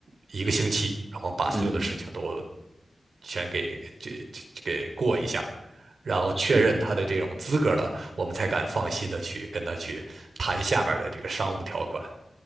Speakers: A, on the right; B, on the right.
A: 一个星期，然后把所有的事情都
B: 嗯，嗯
A: 全给这这给过一下，然后确认他的这种资格了，
B: 是。
A: 我们才敢放心的去跟他去谈下面的这个商务条款